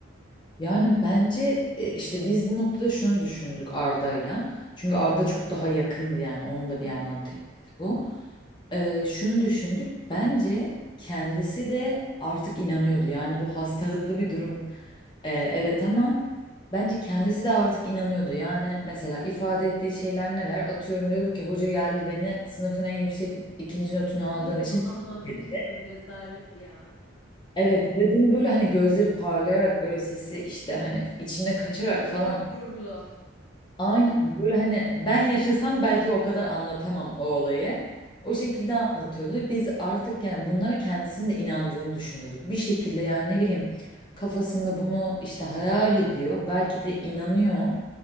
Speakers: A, on the left (about 25°); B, on the left (about 85°).
A: Yani bence e, işte biz bu noktada şunu düşündük Arda'yla. Çünkü Arda çok daha yakındı yani onun da bir
B: Hı
A: yandan
B: hı.
A: tepkisi bu. Ee, şunu düşündük. Bence kendisi de artık inanıyordu. Yani bu hastalıklı bir durum. Ee, evet ama bence kendisi de artık inanıyordu. Yani mesela ifade ettiği şeyler neler? Atıyorum diyorduk ki hoca geldi beni sınıfın en yüksek ikinci notunu aldığım
B: Ay bunu
A: için
B: anlatmıştım
A: tebrik etti.
B: rezalet ya.
A: Evet ve bunu böyle hani gözleri parlayarak böyle sesi işte hani içine kaçarak
B: Gururlu
A: falan
B: gururlu.
A: aynen böyle hani ben yaşasam belki o kadar anlatamam o olayı.
B: Hı.
A: O şekilde anlatıyordu. ve Biz artık yani bunlara kendisinin de inandığını düşünüyorduk. Bir şekilde yani ne bileyim kafasında bunu işte hayal ediyor. Belki de inanıyor